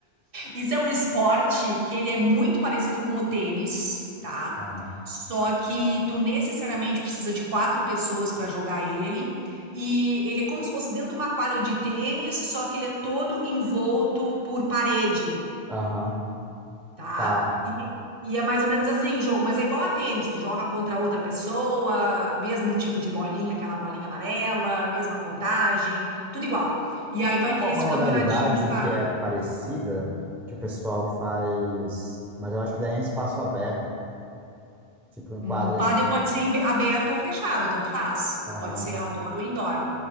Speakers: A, on the right; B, in the centre.
A: Isso é um esporte que ele é muito parecido com o tênis, tá?
B: Aham.
A: Só que tu necessariamente precisa de quatro pessoas para jogar ele. E ele é como se fosse dentro de uma quadra de tênis, só que ele é todo envolto por parede,
B: Aham.
A: tá?
B: Tá.
A: E, e é mais ou menos assim o jogo, mas é igual a tênis, tu joga contra outra pessoa, mesmo tipo de bolinha, aquela bolinha amarela, mesma contagem, tudo igual. E aí vai
B: Uma, mo-
A: ter esse
B: uma modalidade
A: campeonatinho de pádel.
B: que é parecida, que o pessoal faz, mas eu acho que daí é em espaço aberto, tipo em
A: Um
B: quadra
A: paddle
B: de.
A: pode ser em- aberto ou fechado, tanto faz.
B: Aham.
A: Pode ser outdoor ou indoor.